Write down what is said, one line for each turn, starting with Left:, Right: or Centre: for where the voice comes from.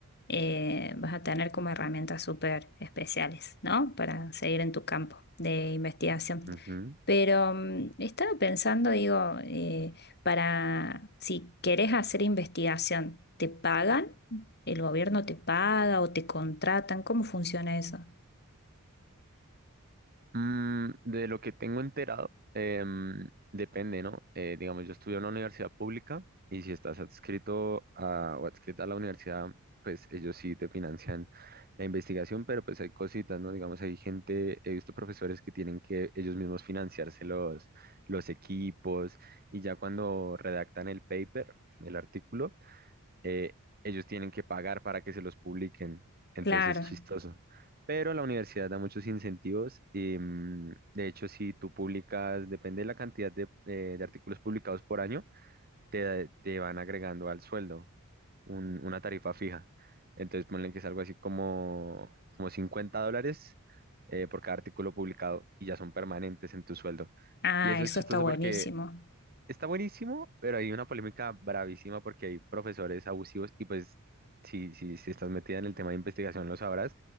Left: eh, vas a tener como herramientas súper especiales, ¿no? Para seguir en tu campo de investigación.
Right: Ujú.
Left: Pero mm, estaba pensando, digo, eh, para si querés hacer investigación, ¿te pagan? ¿El gobierno te paga o te contratan? ¿Cómo funciona eso?
Right: Mm, de lo que tengo enterado, em, depende, ¿no? Eh, digamos, yo estudié en una universidad pública y si estás adscrito a, o adscrita a la universidad, pues ellos sí te financian la investigación, pero pues hay cositas, ¿no? Digamos, hay gente, he visto profesores que tienen que ellos mismos financiarse los, los equipos y ya cuando redactan el paper, el artículo, eh, ellos tienen que pagar para que se los publiquen. Entonces
Left: Claro.
Right: es chistoso. Pero la universidad da muchos incentivos y mm, de hecho si tú publicas, depende de la cantidad de, eh, de artículos publicados por año, te, da- te van agregando al sueldo un- una tarifa fija. Entonces ponle que es algo así como, como 50 dólares eh, por cada artículo publicado y ya son permanentes en tu sueldo.
Left: Ah,
Right: Y eso
Left: eso
Right: es chistoso
Left: está buenísimo.
Right: porque está buenísimo, pero hay una polémica bravísima porque hay profesores abusivos y pues si, si, si estás metida en el tema de investigación lo sabrás.